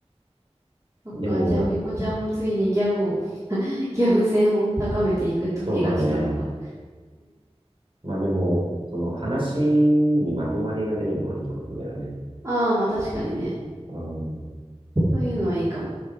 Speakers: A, on the right; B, on the right.
A: そっか、
B: でも、
A: じゃあ、おいこちゃんもついにギャグを <laughs> ギャグ戦を高めていく時が来たのか。
B: そうだね。まあでも、その話にまとまりが出るのはいいことだよね。
A: ああ、まあ確かにね。
B: うん。
A: そういうのはいいかも。